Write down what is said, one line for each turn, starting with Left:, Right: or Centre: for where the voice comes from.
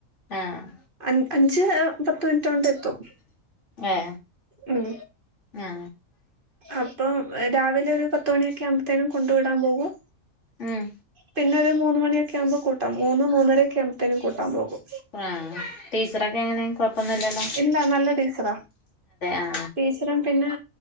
Left: ആഹ്
Right: അൻ അഞ്ച് പത്ത് മിൻറ്റോണ്ടെത്തും
Left: ഏ
Right: ഉം
Left: ആ
Right: അപ്പം രാവിലെ ഒരു പത്തുമണി ക്യാമ്പത്തേനും കൊണ്ട് വിടാൻ പോകും
Left: ഉം
Right: പിന്നെ ഒരു മൂന്ന് മണിയൊക്യാമ്പൊ കൂട്ടാ മൂന്ന് മൂന്നരക്യാമ്പത്തേനും കൂട്ടാൻ പോകും
Left: ആഹ് ആഹ് ടീച്ചറൊക്കെങ്ങനെ കൊഴപ്പൊന്നുല്ലല്ലൊ
Right: ഇല്ല നല്ല ടീച്ചറ
Left: ആ
Right: ടീ ന്നെരം പിന്നെ